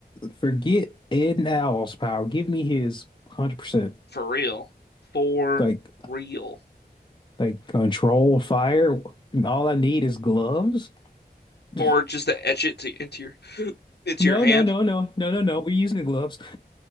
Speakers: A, on the left; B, on the left.
A: Forget Ed Owl's power. Give me his 100%.
B: for real, for
A: Like
B: real,
A: Like control fire. And all I need is gloves. <laughs>
B: or just to etch it to, into your <gasps> into
A: No,
B: your hand.
A: no, no, no, no, no, no. We're using the gloves. <laughs>